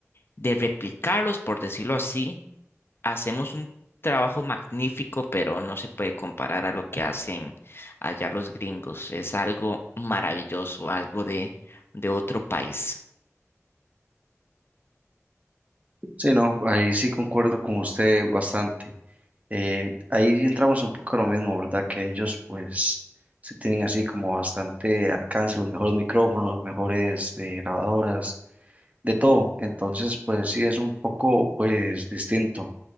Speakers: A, on the left; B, on the right.
A: de replicarlos, por decirlo así. Hacemos un trabajo magnífico, pero no se puede comparar a lo que hacen allá los gringos. Es algo maravilloso, algo de, de otro país.
B: Sí, no, ahí sí concuerdo con usted bastante. Eh, ahí entramos un poco a lo mismo, ¿verdad? Que ellos pues sí tienen así como bastante alcance, los mejores micrófonos, mejores eh, grabadoras, de todo. Entonces pues sí es un poco pues distinto.